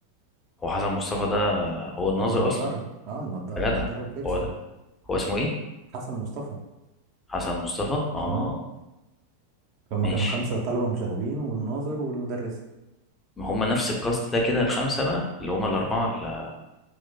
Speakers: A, on the left; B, on the right.
A: هو حسن مصطفى ده هو الناظر
B: أبو نضارة
A: أصلا
B: اه النضارة
A: يا
B: أبو
A: جدع
B: نضارة وكرش
A: هو ده هو اسمه إيه
B: حسن مصطفى
A: حسن مصطفى أه
B: امم هما
A: ماشي
B: كانوا خمسة طلبة مشاغبين والناظر والمدرس
A: ما هما نفس الكاست ده كده الخمسة بقى اللي هما الأربعة اللي